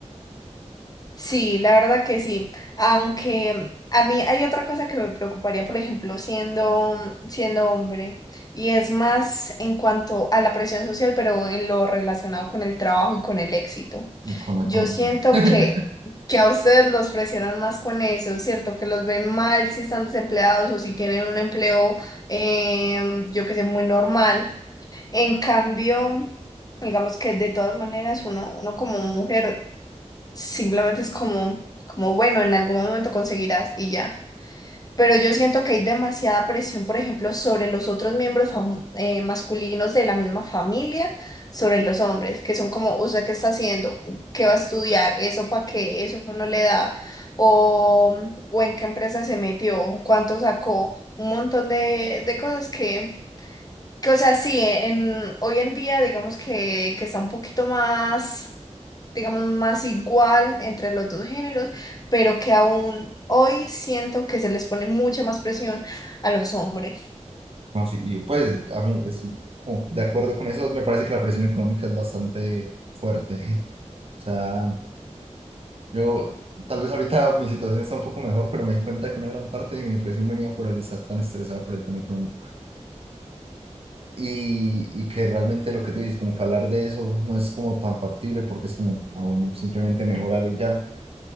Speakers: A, on the left; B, on the right.
A: Sí, la verdad que sí. Aunque a mí hay otra cosa que me preocuparía, por ejemplo, siendo, siendo hombre, y es más en cuanto a la presión social, pero en lo relacionado con el trabajo y con el éxito.
B: con la
A: Yo
B: economía.
A: siento
B: <laughs>
A: que, que a ustedes los presionan más con eso, ¿cierto? Que los ven mal si están desempleados o si tienen un empleo, em, yo que sé, muy normal. En cambio... Digamos que de todas maneras uno, uno como mujer Simplemente es como, como, bueno, en algún momento conseguirás y ya. Pero yo siento que hay demasiada presión, por ejemplo, sobre los otros miembros fam- eh, masculinos de la misma familia, sobre los hombres, que son como, ¿usted qué está haciendo? ¿Qué va a estudiar? ¿Eso para qué? ¿Eso no le da? ¿O, o en qué empresa se metió? ¿Cuánto sacó? Un montón de, de cosas que, que, o sea, sí, en, hoy en día digamos que, que está un poquito más digamos, más igual entre los dos géneros, pero que aún hoy siento que se les pone mucha más presión a los hombres.
B: No, sí, y pues a mí, estoy como de acuerdo con eso, me parece que la presión económica es bastante fuerte. <laughs> O sea, yo tal vez ahorita mi situación está un poco mejor, pero me di cuenta que una gran parte de mi depresión venía por el estar tan estresado por el tema económico. Y, y que realmente lo que te dices, como que hablar de eso no es como tan factible porque es como, ah, bueno, simplemente mejorarlo y ya.